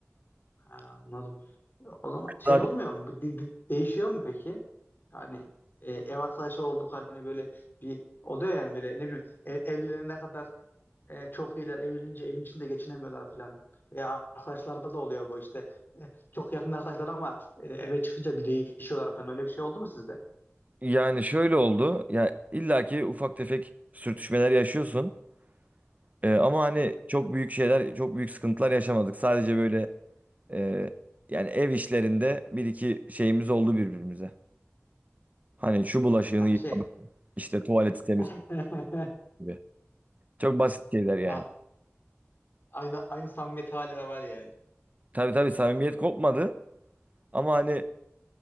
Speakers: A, on the left; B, on the right.
A: Ha, anladım. O zaman şey
B: Zaten
A: olmuyor mu? Bu de- de- değişiyor mu peki? Yani e, ev arkadaşı olduk hani böyle bir oluyor yani böyle ne bileyim ev, evlenene kadar e, çok iyiler evlenince evin içinde geçinemiyorlar falan. Veya arkadaşlarda da oluyor bu işte. E, çok yakın arkadaşlar ama e, eve çıkınca bir değişiyorlar falan. Öyle bir şey oldu mu sizde?
B: yani şöyle oldu. Ya illaki ufak tefek sürtüşmeler yaşıyorsun. Ee, ama hani çok büyük şeyler, çok büyük sıkıntılar yaşamadık. Sadece böyle e, yani ev işlerinde bir iki şeyimiz oldu birbirimize. Hani şu bulaşığını
A: Ha,
B: yıkamak,
A: şey
B: işte tuvaleti temiz
A: <laughs>
B: tutmak gibi. Çok basit şeyler yani.
A: Ha, aynı aynı samimiyet hala var yani.
B: Tabii tabii samimiyet kopmadı ama hani